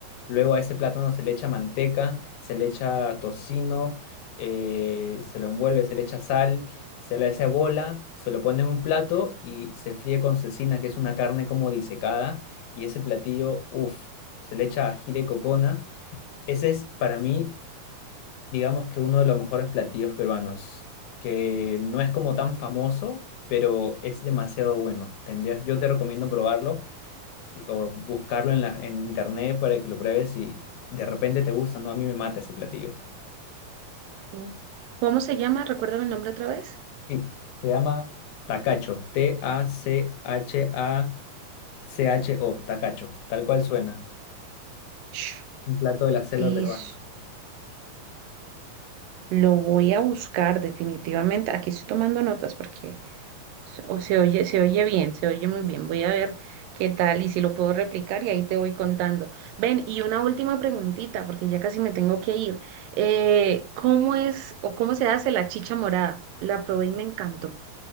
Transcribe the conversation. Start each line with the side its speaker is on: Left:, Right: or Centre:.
Left: Luego a ese plátano se le echa manteca, se le echa tocino, eh, se lo envuelve, se le echa sal, se le hace bola, se lo pone en un plato y se fríe con cecina, que es una carne como disecada. Y ese platillo, uff, se le echa ají de cocona. Ese es para mí digamos que uno de los mejores platillos peruanos, que no es como tan famoso, pero es demasiado bueno. Tendrías, yo te recomiendo probarlo si- o buscarlo en la, en internet para que lo pruebes y de repente te gusta, ¿no? A mí me mata ese platillo.
Right: Mm. ¿Cómo se llama? Recuérdame el nombre otra vez.
Left: Sí, se llama tacacho, T-A-C-H-A-C-H-O, tacacho, tal cual suena.
Right: Sh,
Left: Un plato de la selva
Right: Fish.
Left: peruana.
Right: Lo voy a buscar definitivamente. Aquí estoy tomando notas porque Se- O se oye, se oye bien, se oye muy bien. Voy a ver qué tal y si lo puedo replicar y ahí te voy contando. Ven, y una última preguntita, porque ya casi me tengo que ir. Eh, ¿cómo es o cómo se hace la chicha morada? La probé y me encantó.